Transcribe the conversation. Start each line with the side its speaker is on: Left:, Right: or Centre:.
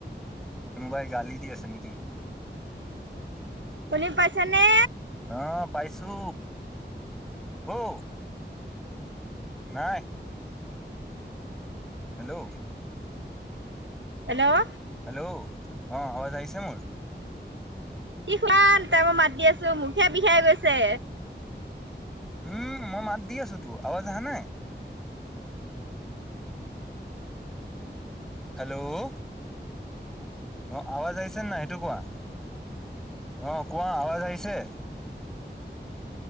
Centre: কোনবাই গালী দিয় আছে নে কি?
Right: শুনি পাইছা নে?
Centre: অ, পাইছো হও, নাই। হেল্ল',
Right: হেল্ল',
Centre: হেল্ল' অ, আৱাজ আহিছে মোৰ?
Right: কি খুৱান তাই মই মাত দি আছো মুখেই বিষাই গৈছে।
Centre: উম, মই মাত দি আছো তো আৱাজ অহা নাই? হেল্ল', অ, আৱাজ আহিছে নে নাই, সেইটো কোৱা অ, কোৱা আৱাজ আহিছে?